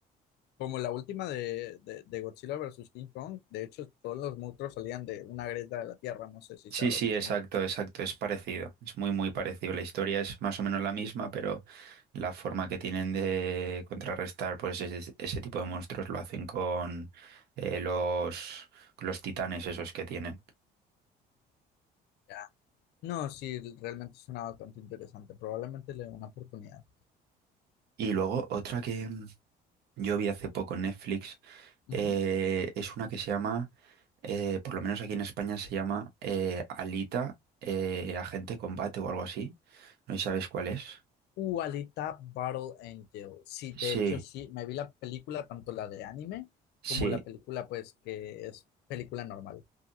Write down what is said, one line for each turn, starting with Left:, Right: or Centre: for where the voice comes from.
Left: Como la última de, de, de Godzilla versus King Kong, de hecho todos los monstruos salían de una grieta de la tierra, no sé si
Right: Sí,
Left: sea lo
Right: sí,
Left: mismo.
Right: exacto, exacto, es parecido, es muy, muy parecido. La historia es más o menos la misma, pero la forma que tienen de contrarrestar pues ese, ese tipo de monstruos lo hacen con eh, los, los titanes esos que tienen.
Left: Ya. No, sí, realmente suena bastante interesante. Probablemente le dé una oportunidad.
Right: Y luego otra que mm, yo vi hace poco en Netflix
Left: Ujú.
Right: eh, es una que se llama, eh, por lo menos aquí en España se llama eh, Alita, eh, Agente Combate o algo así. No sé si sabes cuál es.
Left: Uh, Alita Battle Angel. Sí,
Right: Sí,
Left: de hecho, sí, me vi la película, tanto la de anime
Right: sí.
Left: como la película, pues, que es película normal.